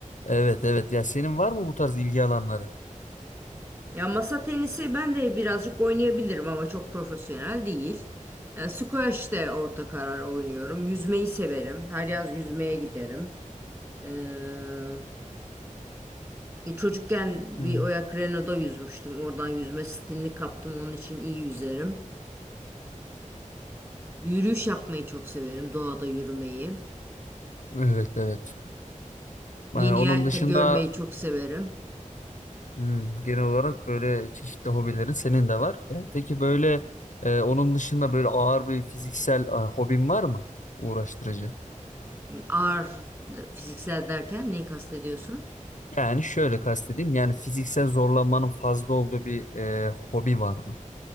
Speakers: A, on the left (about 65°); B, on the right (about 20°).
A: Evet evet ya senin var mı bu tarz ilgi alanları?
B: Ya masa tenisi ben de birazcık oynayabilirim ama çok profesyonel değil. E, squash de orta karar oynuyorum. Yüzmeyi severim. Her yaz yüzmeye giderim. Ee, e, çocukken
A: Hmm.
B: bir Oyak Renault'da yüzmüştüm. Oradan yüzme stilini kaptım. Onun için iyi yüzerim. Yürüyüş yapmayı çok severim. Doğada yürümeyi.
A: Evet evet.
B: Yeni
A: E, onun
B: yerler
A: dışında
B: görmeyi çok severim.
A: Hmm, genel olarak böyle çeşitli hobilerin senin de var. Ya, peki böyle e, onun dışında böyle ağır bir fiziksel e, hobin var mı? Uğraştırıcı.
B: Ağır fiziksel derken neyi kastediyorsun?
A: Yani şöyle kastedeyim. Yani fiziksel zorlanmanın fazla olduğu bir e, hobi var mı?